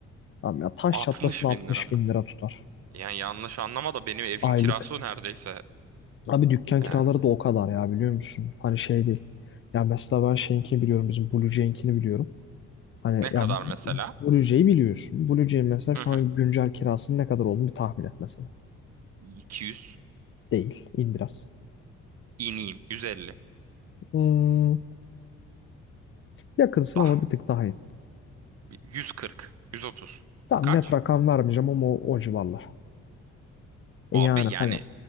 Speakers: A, on the left; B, on the right.
A: tamam ya taş
B: altmış
A: çatlasın altmış
B: bin lira mı?
A: bin lira tutar
B: Yani yanlış anlama da benim evin
A: aylık.
B: kirası neredeyse
A: Abi dükkan
B: yani
A: kiraları da o kadar ya biliyor musun? Hani şey değil. Ya mesela ben şeyinkini biliyorum bizim Blue Jay'inkini biliyorum. Hani
B: ne
A: ya
B: kadar mesela?
A: Blue Jay'i biliyorsun. Blue Jay'in mesela şu
B: Hı hı.
A: an güncel kirasının ne kadar olduğunu bir tahmin et mesela.
B: 200.
A: Değil. in biraz.
B: İneyim. 150.
A: Hmm, yakınsın
B: Bah.
A: ama bir tık daha iyi.
B: 140. 130.
A: Tam
B: Kaç?
A: net rakam vermeyeceğim ama o, o civarlar. E
B: Abi
A: yani
B: yani
A: hani